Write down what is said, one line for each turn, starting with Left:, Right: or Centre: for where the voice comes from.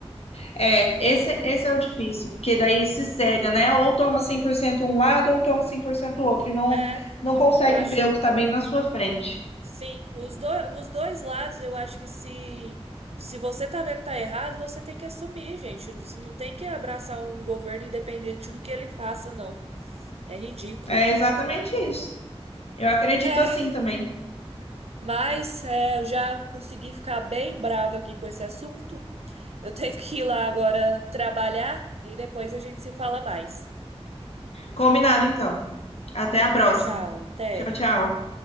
Left: é. Esse, esse é o difícil, porque daí se cega, né? Ou toma 100% um lado, ou toma 100% o outro, e não,
Right: é.
Left: não consegue
Right: Eu acho,
Left: ver o que tá bem na sua frente.
Right: sim, os dois, nos dois lados, eu acho que se se você tá vendo que tá errado, você tem que assumir, gente. Você não tem que abraçar um governo independente do que ele faça, não. É ridículo.
Left: É exatamente isso. Eu acredito
Right: É,
Left: assim também.
Right: mas é, eu já consegui ficar bem brava aqui com esse assunto. Eu tenho que ir lá agora trabalhar e depois a gente se fala mais.
Left: Combinado, então. Até a próxima.
Right: Tchau, tchau. Até.
Left: Tchau, tchau.